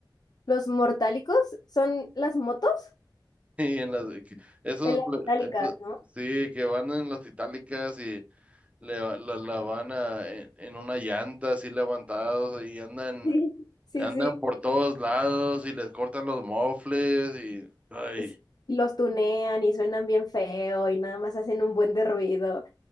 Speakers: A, on the left; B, on the right.
A: los mortálicos son las motos
B: <laughs> y en las, esos,
A: en las
B: pl-
A: itálicas,
B: esos,
A: no
B: sí, que van en las itálicas y le va- la, la van a- en, en una llanta así levantados y andan,
A: Sí, sí,
B: andan
A: sí.
B: por todos lados y les cortan los mofles y, ay,
A: sí. Y Los tunean y suenan bien feo y nada más hacen un buen de ruido.